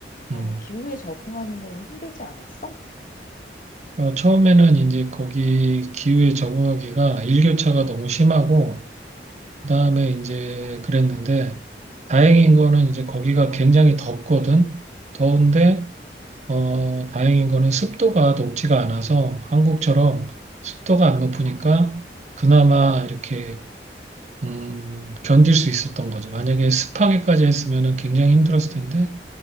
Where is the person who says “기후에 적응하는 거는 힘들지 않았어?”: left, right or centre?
Left